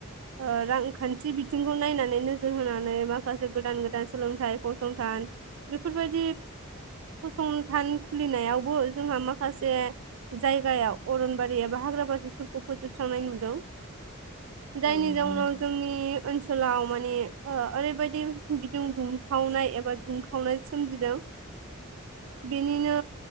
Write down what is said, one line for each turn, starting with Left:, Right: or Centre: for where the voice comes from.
Right: ओ रांखान्थि बि बिथिंखौ नायनानै नोजोर होनानै माखासे गोदान गोदान सोलोंथाइ फसंथान बेफोरबायदि फसंथान खुलिनायावबो जोंहा माखासे जायगायाव अरनबारि एबा हाग्रा बारिफोरखौ फोजोबस्रांनाय नुदों जायनि
Left: औ नुदों
Right: जाउनाव
Left: नोंथां
Right: जोंनि ओनसोलाव माने ओरैबायदि गुदुं दुंखावनाय एबा दुंखावनाय सोमजिदों बिनिनो